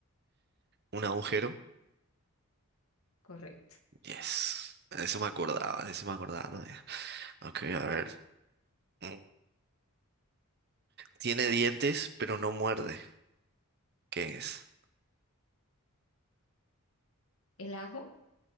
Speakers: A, on the right; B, on the left.
A: un agujero.
B: Correcto.
A: Yes. Eso me acordaba, de eso me acordaba todavía. Ok, a ver. Mm, Tiene dientes, pero no muerde. ¿Qué es?
B: ¿El ajo?